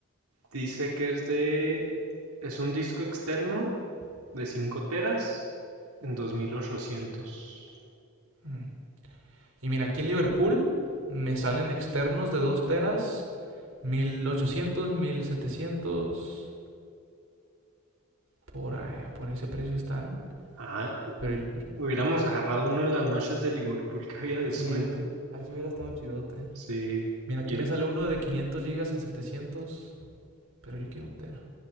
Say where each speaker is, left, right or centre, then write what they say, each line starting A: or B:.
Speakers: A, on the right; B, on the right.
A: Dice que es de, es un disco externo de cinco teras en dos mil ochocientos.
B: Mm. Y mira, aquí en Liverpool me salen externos de 2 teras, mil ochocientos mil setecientos Por ahí, por ese precio están.
A: Ah,
B: Pero, pero-
A: hubiéramos agarrado uno en las noches de Liverpool que había descuento.
B: sí, ahí sí, ahí sí hubiera estado chidote.
A: Sí,
B: Mira, aquí
A: y
B: me
A: en
B: sale uno de 500 gigas en setecientos Pero yo quiero un tera.